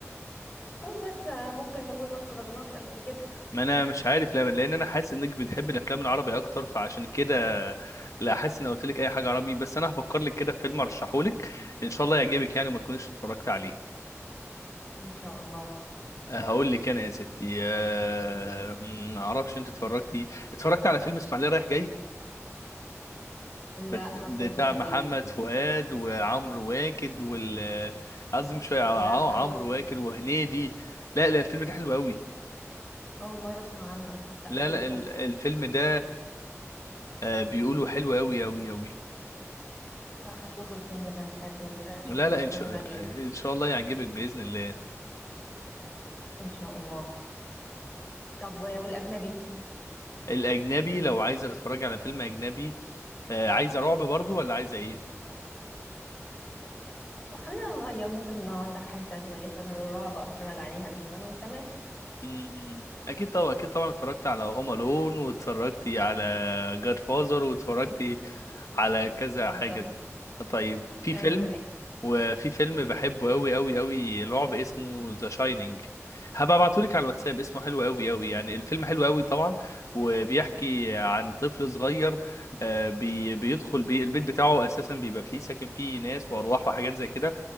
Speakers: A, on the left (about 30°); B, on the left (about 75°).
A: قول بس آه، ممكن نكون ما اتفرجناش قبل كده
B: ما انا مش عارف ليه لان انا حاسس انك بتحب الافلام العربي اكتر فعشان كده لا حاسس ان قلت لك اي حاجه عربي بس انا هفكر لك كده في فيلم ارشحه لك ان شاء الله يعجبك يعني وما تكونيش اتفرجت عليه
A: ان شاء الله
B: أه، هقول لك انا يا ستي أه، ما اعرفش انت اتفرجتي اتفرجت على فيلم اسماعيليه رايح جاي
A: لا
B: بت-
A: ما اتفرجتش
B: بتاع
A: عليه
B: محمد فؤاد وعمرو واكد وال قصدي مش فاهم،
A: لا
B: اه
A: اول
B: عمرو واكد وهنيدي لا لا الفيلم ده حلو قوي
A: اول مره اسمع عنه لا
B: لا
A: اشوفه
B: لا ال- الفيلم ده آه، بيقولوا حلو قوي قوي قوي
A: لا هشوف الفيلم ده حلو اشوفه
B: لا لا
A: واتفرج
B: ان شاء
A: عليه
B: ان شاء الله يعجبك باذن الله
A: ان شاء الله طب و- والاجنبي
B: الاجنبي لو عايزه تتفرجي على فيلم اجنبي آه، عايزه رعب برضو ولا عايزه ايه
A: خلينا نغير ممكن لو عندك حاجه كويسه غير الرعب اتفرج عليها مثلا تمام
B: أمم. اكيد طبعا اكيد طبعا اتفرجت على هوم الون واتفرجتي على جاد فازر واتفرجتي على كذا
A: بالظبط
B: حاجه طيب في فيلم
A: ايوه ايوه
B: وفي فيلم بحبه قوي قوي قوي لعب اسمه ذا شاينينج هبقى ابعتهولك على الواتساب اسمه حلو قوي قوي يعني الفيلم حلو قوي طبعا وبيحكي عن طفل صغير آه، بي بيدخل بي البيت بتاعه اساسا بيبقى فيه ساكن فيه ناس وارواح وحاجات زي كده